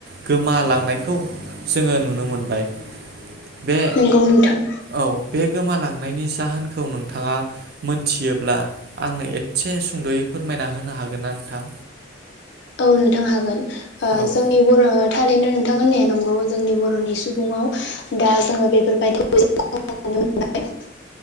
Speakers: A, on the right; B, on the left.
A: गोमालांनायखौ जोङो नुनो मोनबाय। बे
B: नंगौ नोंथां।
A: औ बे गोमालांनायनि जाहोनखौ नोंथाङा मोनथियोब्ला आंनो एसे सुंद'यै फोरमायना होनो हागोन ना नोंथां?
B: औ नोंथां हागोन ओ
A: औ
B: जोंनि बर'आ थारैनो नोंथां होननाय नंगौ। जोंनि बर'नि सुबुङाव दा जोङो बेफोरबायदि नुनो मोनबाय